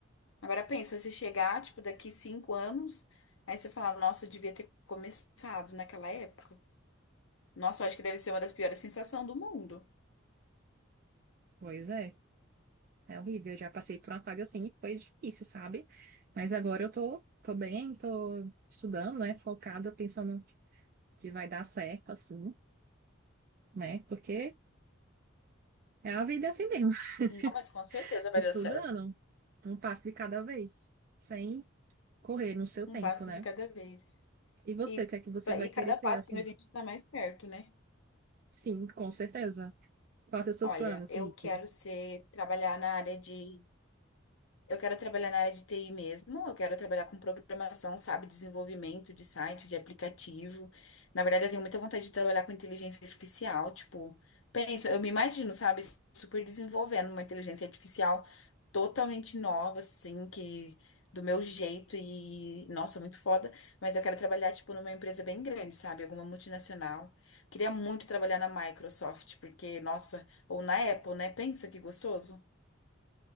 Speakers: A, on the left (about 70°); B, on the right (about 45°).
A: Agora pensa, se chegar, tipo, daqui cinco anos, aí você fala, nossa, eu devia ter começado naquela época. Nossa, eu acho que deve ser uma das piores sensações do mundo.
B: Pois é, é horrível. Eu já passei por uma fase assim, e foi difícil, sabe? Mas agora eu tô, tô bem, tô estudando, né? Focada, pensando que vai dar certo, assim, né? Porque é a vida assim mesmo,
A: Não, mas com certeza
B: <laughs>
A: vai
B: estudando,
A: dar certo.
B: um passo de cada vez. Sem correr no seu
A: Um
B: tempo,
A: passo
B: né?
A: de cada vez.
B: E você,
A: E,
B: o que é que você
A: e
B: vai
A: cada
B: querer ser
A: passo
B: assim?
A: que a gente está mais perto, né?
B: Sim, com certeza. Quais são os seus
A: Olha,
B: planos,
A: eu
B: Nick?
A: quero ser, trabalhar na área de Eu quero trabalhar na área de TI mesmo, eu quero trabalhar com programação, sabe, desenvolvimento de sites, de aplicativo. Na verdade, eu tenho muita vontade de trabalhar com inteligência artificial, tipo, penso, eu me imagino, sabe, super desenvolvendo uma inteligência artificial totalmente nova, assim, que do meu jeito e, nossa, muito foda, mas eu quero trabalhar, tipo, numa empresa bem grande, sabe, alguma multinacional. Queria muito trabalhar na Microsoft, porque, nossa, ou na Apple, né? Pensa que gostoso.